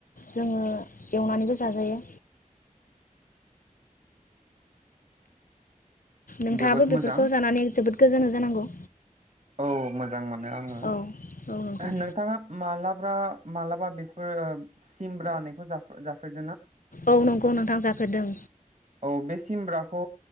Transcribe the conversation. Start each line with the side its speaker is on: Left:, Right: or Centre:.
Left: जोङो एवनानैबो जाजायो नोंथाङाबो
Right: जोबोद
Left: बेफोरखौ
Right: मोजां
Left: जानानै जोबोद गोजानाव जानांगौ
Right: औ मोजां मोनो आङो
Left: औ औ नोंथां
Right: नोंथाङा उ मालाब्रा मालाबा बेफोर उ सिमब्रा जाफेर जाफेरदों
Left: औ नंगौ नोंथां जा होदों
Right: औ बे सिमब्राखौ